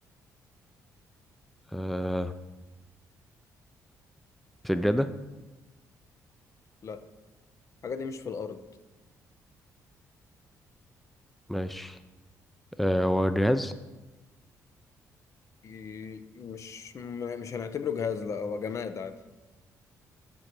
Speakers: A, in the centre; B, on the left (about 50°).
A: آه سجادة
B: لا الحاجة دي مش في الأرض
A: ماشي آه هو جهاز
B: ي- مش م- مش هنعتبره جهاز لا هو جماد عادي